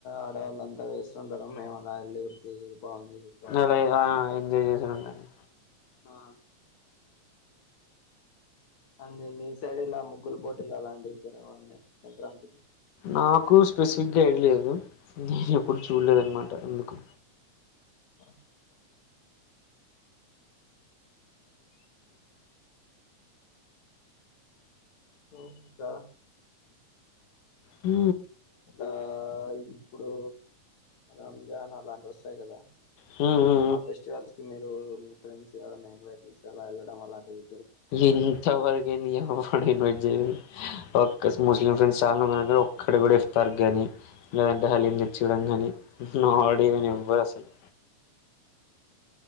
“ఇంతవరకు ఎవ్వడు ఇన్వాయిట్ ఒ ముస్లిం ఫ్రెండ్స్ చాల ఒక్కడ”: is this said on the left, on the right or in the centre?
Left